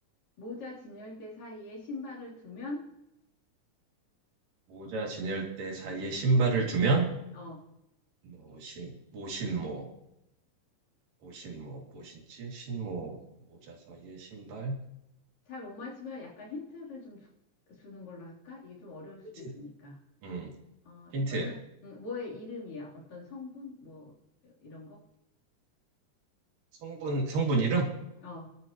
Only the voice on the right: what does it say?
모자 진열대 사이에 신발을 두면,
뭐, 신, 모신모, 모신모, 모신치, 신모, 모자 사이에 신발.
힌트.
음,
힌트.
성분, 성분 이름?